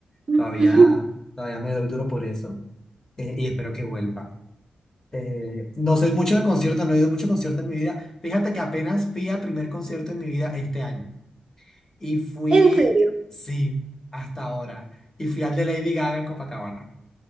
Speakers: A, on the right; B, on the left.
A: <laughs>
B: Todavía, todavía me doy duro por eso. Eh, y espero que vuelva. Eh, no soy mucho de conciertos, no he ido mucho a conciertos en mi vida. Fíjate que apenas fui al primer concierto en mi vida este año. Y fui,
A: En serio.
B: sí, hasta ahora. Y fui al de Lady Gaga en Copacabana.